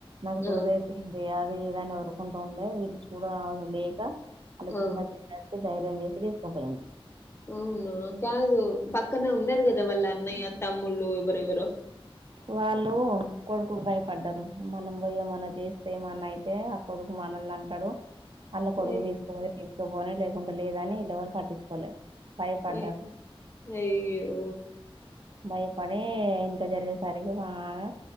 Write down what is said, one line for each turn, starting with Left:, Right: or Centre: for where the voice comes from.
Right: నాకు సుధెపోయిర్రి
Left: ఆ
Right: అది ఏదైనా వర్రు కుంట ఉండే వీళ్ళు చూడ లేక అలా చిన్న
Left: ఆ
Right: పిన్ని అచ్చి ధైర్యం చేసి తీసుకపోయింది
Left: అవునా కాదు పక్కనే ఉన్నారు కదా వాళ్ళు అన్నయ్య తమ్ముళ్ళు ఎవరెవ్వరో
Right: వాళ్ళు కొడుకుకు భయపడ్డారు మనం పోయి ఏమన్నా చేస్తే ఏమన్నా అయితే అ కొడుకు మనల్ని అంటాడు అళ్ళ కొడుకు
Left: అయ్
Right: తీసుకుపో తీసుకుపోని లేకుంటే లేదని ఈళ్ళు ఎవరు పట్టించుకోలే భయపడ్డారు
Left: ఐ అయ్యో
Right: భయపడి ఇంత జరిగేసరికి ఆమె